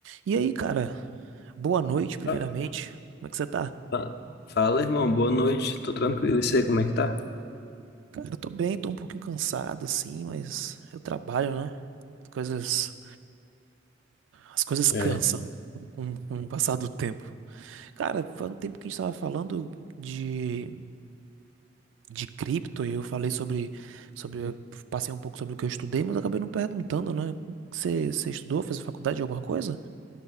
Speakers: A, on the right; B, on the left.
A: E aí, cara, boa noite, primeiramente.
B: Ah,
A: Como é que você tá?
B: fa- Fala, irmão. Boa noite. Tô tranquilo. E você, como é que tá?
A: Cara, eu tô bem, tô um pouquinho cansado, assim, mas eu trabalho, né? As coisas, as coisas
B: É.
A: cansam com, com o passar do tempo. Cara, faz um tempo que a gente tava falando de, de cripto e eu falei sobre, sobre, eu passei um pouco sobre o que eu estudei, mas eu acabei não perguntando, né? Você, você estudou, fez faculdade de alguma coisa?